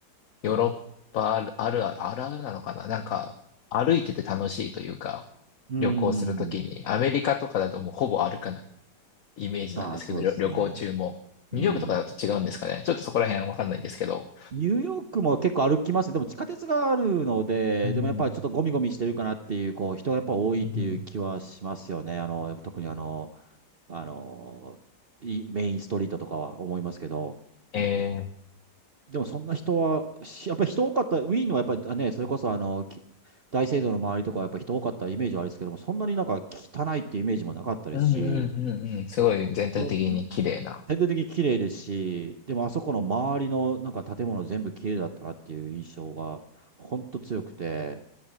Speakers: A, on the left (about 55°); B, on the right (about 45°).
A: ヨーロッパあるあるある、あるあるなのかななんか、歩いてて楽しいというか、
B: い。うん。
A: 旅行するときに、アメリカとかだともうほぼ歩かないイメージなんですけど、
B: ああ、そうですね。
A: 旅、旅行中も。
B: うん。
A: ニューヨークとかだと違うんですかね。ちょっとそこら辺わかんないんですけど。
B: ニューヨークも結構歩きますね。でも地下鉄があるので、
A: うん
B: でもやっぱりちょっとゴミゴミしてるかなっていう、こう、人がやっぱ多いっていう気はしますよね。
A: うんうん。
B: あの、特にあの、あの、いメインストリートとかは思いますけど。
A: えー、
B: でもそんな人は、しやっぱり人多かった、ウィーンのはやっぱりあね、それこそあの、き大聖堂の周りとかはやっぱり人多かったイメージはあるんですけども、そんなになんか汚いっていうイメージもなかったですし、
A: うんうんうんうん。すごい全体的に綺麗な。
B: ようん、全体的に綺麗ですし、でもあそこの周りのなんか建物全部綺麗だったなっていう印象が、ほんと強くて、